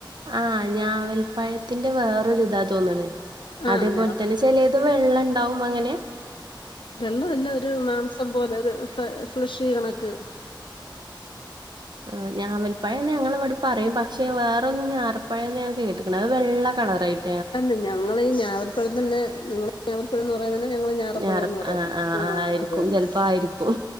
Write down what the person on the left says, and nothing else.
ആഹ്
ഞാ
വെള്ളം ഇല്ല ഒരു മാംസം പോലെ ഒരു ഫ് ഫ്ലഷ കണക്ക്
അല്ല ഞങ്ങള് ഈ ഞാവൽപ്പഴം തന്നെ നിങ്ങള് ഞാവൽപ്പഴം എന്ന് പറയുന്നത് ഞങ്ങള് ഞാറപ്പഴം
ന്ന് പറയുന്നേ
ആ
അതെന്നെ